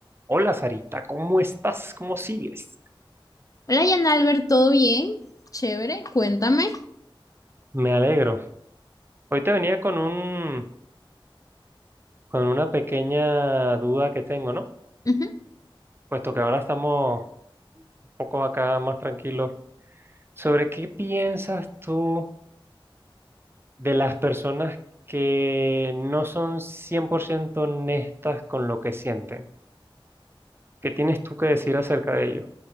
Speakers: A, on the right; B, on the left.
A: Hola Sarita, ¿cómo estás? ¿Cómo sigues?
B: Hola, Jan Albert, ¿todo bien? Chévere, cuéntame.
A: Me alegro. Hoy te venía con un, con una pequeña duda que tengo, ¿no?
B: Ujú.
A: Puesto que ahora estamos un poco acá más tranquilos. ¿Sobre qué piensas tú de las personas que no son 100% honestas con lo que sienten? ¿Qué tienes tú que decir acerca de ello?